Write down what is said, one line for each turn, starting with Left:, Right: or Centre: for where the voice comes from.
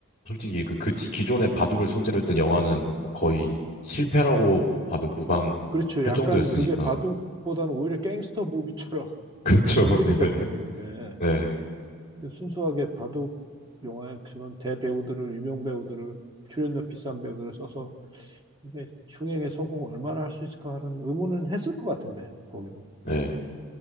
Left: 솔직히 그, 그 지- 기존의 바둑을 소재로 했던 영화는 뭐 거의
Right: 예.
Left: 실패라고 봐도 무방할
Right: 그렇죠. 약간
Left: 정도였으니까.
Right: 그게 바둑보다는 오히려 갱스터 무비처럼 <laughs>
Left: <laughs> 그쵸.
Right: 그렇게 변질이
Left: 네.
Right: 됐던 건데,
Left: 네.
Right: 근데 순수하게 바둑 영화의 그런 대배우들을, 유명 배우들을, 출연료 비싼 배우들을 써서 이게 흥행에 성공을 얼마나 할 수 있을까 하는 의문은 했을 것 같은데, 거기도.
Left: 네.